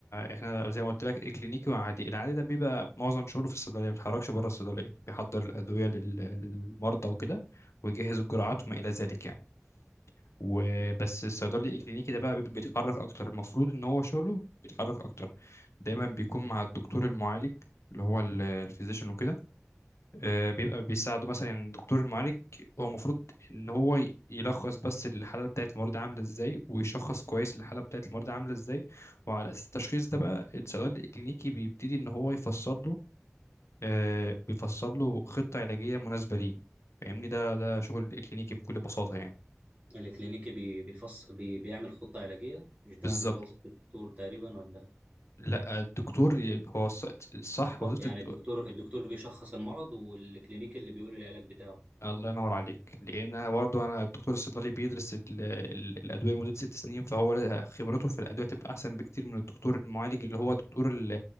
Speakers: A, on the left; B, on the right.
A: إحنا زي ما قلت لك إكلينيكي وعادي العادي ده بيبقى معظم شغله في الصيدلية ما بيتحركش بره الصيدلية بيحضر الأدوية لل... للمرضى وكده ويجهز الجرعات وما إلى ذلك يعني وبس
B: مم.
A: الصيدلي الكلينيكي ده بقى بيبقى بيتحرك اكتر المفروض ان هو شغله بيتحرك اكتر دايما بيكون مع الدكتور المعالج اللي هو الفيزيشن وكده آه، بيبقى بيساعده مثلا يعني الدكتور المعالج هو المفروض ان هو يلخص بس الحاله بتاعت المريض عامله ازاي ويشخص كويس الحاله بتاعت المريض عامله ازاي وعلى اساس التشخيص ده بقى الصيدلي الكلينيكي بيبتدي ان هو يفصل له آه، بيفصل له خطه علاجيه مناسبه ليه فاهمني ده ده شغل الكلينيكي بكل بساطه يعني
B: الكلينيكي بي بيفص بي بيعمل خطه علاجيه مش ده
A: بالظبط
B: مش ده وظيفه الدكتور تقريبا ولا
A: لا الدكتور ي- هو الص- الصح
B: اه
A: وظيفة
B: يعني
A: الد...
B: الدكتور الدكتور بيشخص المرض والكلينيكي اللي بيقول العلاج بتاعه
A: الله ينور عليك لأن أنا برضه أنا الدكتور الصيدلي بيدرس ال... ال- الأدوية لمدة ست سنين فهو لا- خبرته في الأدوية تبقى أحسن بكتير من الدكتور المعالج اللي هو دكتور ال...